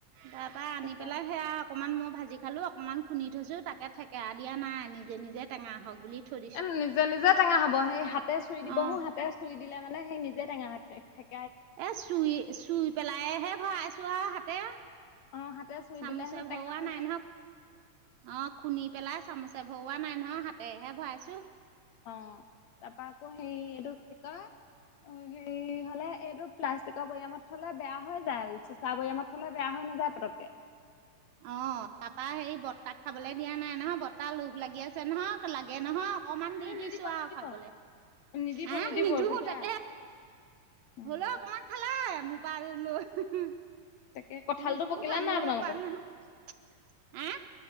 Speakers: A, on the right; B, on the left.
A: তাৰ পৰা
B: তাকে
A: আনি পেলাই সেয়া অকমান মই ভাজি খালো। অকণমান খুন্দি থৈছোঁ তাকে ঠেকেৰা দিয়া নাই নিজে নিজে টেঙা হওঁক বুলি থৈ দিছোঁ
B: এ নিজে নিজে টেঙা হ'ব সেই হাতে চুই দিব
A: অঁ
B: হো হাতে চুই দিলে মানে সেই নিজে টেঙা থাকে।
A: এ চুই চুই পেলাইহে ভৰাইছো আও হাতে।
B: অ হাতে চুই
A: চামুচে
B: দিলে হেনো টেঙা
A: ভুৱা
B: সোনকালে
A: নাই নহয়
B: হয়।
A: অ খুনি পেলাই চামুচে ভৰৱোৱা নাই নহয় হাতেহে ভৰাইছো।
B: অ তাৰপা আকৌ সেই এইটো কি কয় অ হেৰি হলে এইটো প্লাষ্টিকৰ বৈয়ামত থলে বেয়া হৈ যায়। চিচা বৈয়ামত থলে বেয়া হৈ নাযায় পতককে।
A: অ তাৰাপা হেৰি বৰ্তাক খাবলে দিয়া নাই নহয় বৰ্তাহ লোভ লাগি আছে নহক লাগে নহক। অকমান দি
B: এই
A: দিছো
B: নিদিব নিদিব
A: আও খাবলে।
B: নিদিব
A: হে
B: নিদিব
A: নিদো
B: এইবোৰ বেয়া
A: তাকে,
B: উম
A: হলো একমান খালে। মোক পাৰ লো হুম
B: তাকে কঁঠালটো
A: লোভটো
B: পকিলে
A: সামৰিব
B: নাই আপোনালোকৰ
A: পৰা নহয়, এ